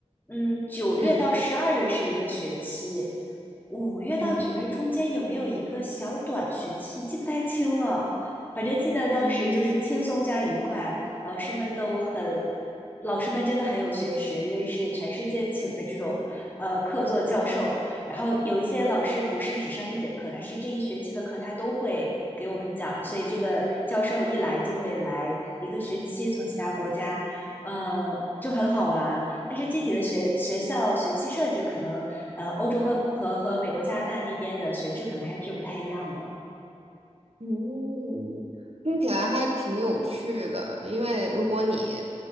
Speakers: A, on the left (about 15°); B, on the right (about 65°).
A: 嗯，九月到十二月是一个学期，
B: 嗯
A: 五月到九月中间有没有一个小短学期，
B: 嗯
A: 记不太清了。反正记得当时就是轻松加愉快，
B: 嗯
A: 老师们都很老师们真的很有学识，因为是全世界请的这种呃客座教授，然后有一些老师不是只上一节课，他是这一学期的课他都会给我们讲，所以这个教授一来就会来一个学期，从其他国家，呃，就很好玩。但是具体的学学校学期设置可能，呃，欧洲和和和美国、加拿大那边的学制可能还是不太一样的。
B: 嗯，听起来还挺有趣的。因为如果你